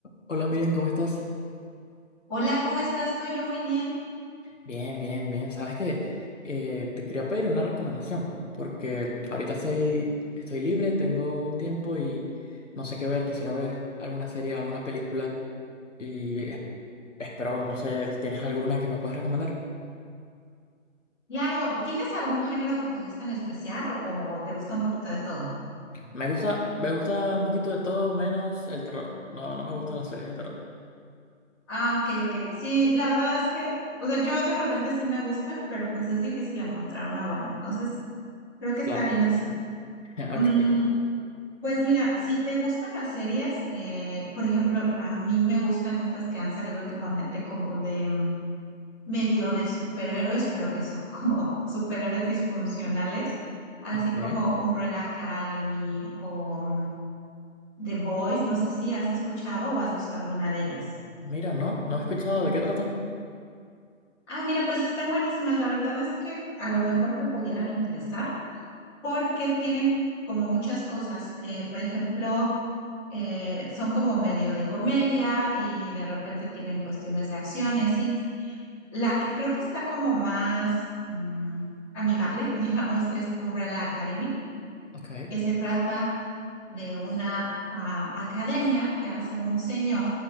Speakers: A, on the left; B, in the centre.
A: Hola Miriam, ¿cómo estás?
B: Hola, ¿cómo estás tú? Yo muy bien.
A: Bien, bien, bien. Sabes que eh, te quería pedir una recomendación, porque ahorita soy, estoy libre, tengo un tiempo y no sé qué ver. Quisiera ver alguna serie, alguna película y es- espero, no sé, si ¿tienes alguna que me puedas recomendar?
B: Claro, ¿tienes algún género que te guste en especial o, o te gusta un poquito de todo?
A: Me gusta, me gusta un poquito de todo, menos el terror. No, no me gustan las series de terror.
B: Ah, ok, ok. Sí, la verdad es que, o sea, yo de repente sí me gustan, pero pues es difícil encontrar una buena. Entonces, creo que está
A: Claro.
B: bien así.
A: <laughs>
B: Mm,
A: Ok.
B: pues mira, si te gustan las series, eh, por ejemplo, a mí me gustan estas que han salido últimamente como de mm, medio de superhéroes, pero que son como <laughs> superhéroes disfuncionales, así
A: ok.
B: como Umbrella Academy o... mm, The Boys, no sé si has escuchado o has visto alguna de ellas.
A: Mira, no, no he escuchado de qué tratan.
B: Ah, mira, pues están buenísimas. La verdad es que a lo mejor te pudieran interesar porque tienen como muchas cosas. Eh, por ejemplo, eh, son como medio de comedia y de repente tienen cuestiones de acción y así. La que creo que está como más mm, amigable, <laughs> digamos, es Umbrella Academy,
A: Ok,
B: que se trata de una a- academia que hace un señor